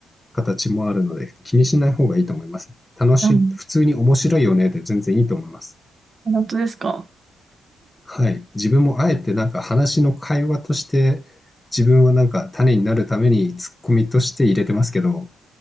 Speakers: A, on the left (about 15°); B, on the right (about 40°).
A: 形もあるので、気にしない方がいいと思いますよ。楽しい、
B: あ、うん、
A: 普通に面白いよねで全然いいと思います。
B: 本当ですか。
A: はい。自分もあえてなんか話の会話として、自分はなんか種になるためにツッコミとして入れてますけど、